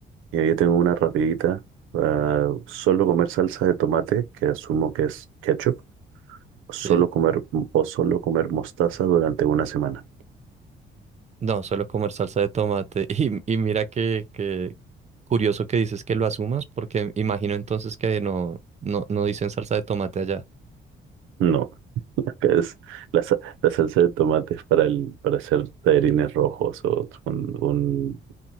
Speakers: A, on the right; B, on the right.
A: Y yo tengo una rapidita. ah, solo comer salsa de tomate, que asumo que es ketchup.
B: Sí.
A: Solo comer o solo comer mostaza durante una semana.
B: No, suelo comer salsa de tomate. <laughs> Y, y mira que, que curioso que dices que lo asumas, porque imagino entonces que no, no, no dicen salsa de tomate allá.
A: No, <laughs> acá es la, sa- la salsa de tomate es para, el, para hacer tallarines rojos o un, un-